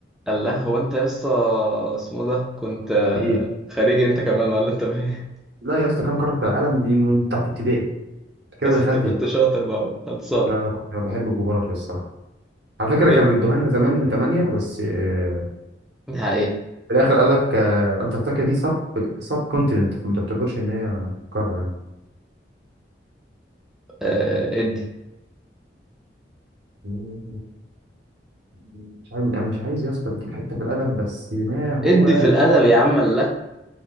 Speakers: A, in the centre; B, on the right.
A: قال لها هو انت يا اسطى اسمه ده كنت آه،
B: إيه
A: خارجي انت كمان ولا انت فين <laughs>
B: لا يا اسطى كم قارة في العالم دي من بتاعت ابتدائي أنت كده
A: بس
B: ما دخلتش
A: انت كنت
B: بقى.
A: شاطر بقى خلصان
B: لا لا كنت بحب الجغرافيا الصراحة على فكرة
A: اد-
B: كانوا بيدوها لنا زمان ثمانية بس آه،
A: دي حقيقة
B: في الاخر قال لك آه، انتاركتيكا دي سب سب كونتيننت فما تعتبرش ان هي قاره
A: آه، ادي
B: يعني مش عايز انا مش عايز يا اسطى اديك حته في الادب بس ما هو
A: ادي في الادب يا عم الله